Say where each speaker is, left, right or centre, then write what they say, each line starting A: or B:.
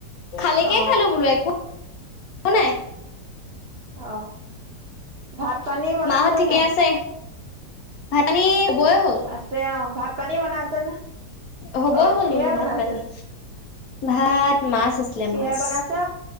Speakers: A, on the left; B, on the right.
A: খালীকে
B: অহ।
A: খালো বোলো একো একো নাই।
B: অ ভাত পানী বনাইছে
A: মাহঁত ঠিকে
B: নাই।
A: আছে ভাত পানী হবই হ'ল
B: আছে অ ভাত পানী বনাইছে নে।
A: হ'বই
B: অ
A: হ'ল
B: কিহে
A: বোলো
B: বনাইছে
A: ভাত পানী। ভাত মাছ আছিলে
B: কিহে
A: মাছ
B: বনাইছে